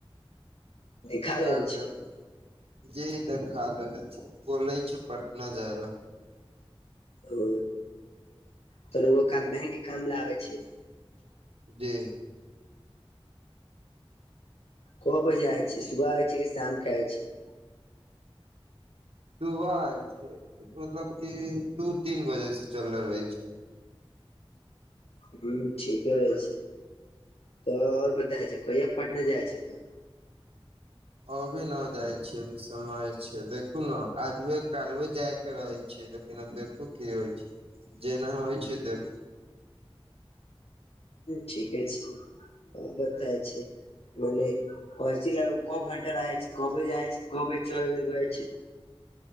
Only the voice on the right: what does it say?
आँख
देखा वै ला जी देखा वै ला जी बोले छै पटना जाय लऽ
जी।
सुबह आयल छियै मतलब की दू तीन बजे से चलले रहै छियै
अभी न जाइ छियै अभी समय छै देखू ने आजबे कालबे जायब के रहै छैै लेकिन आब देखू की होइ छै जेना होइ छै देखू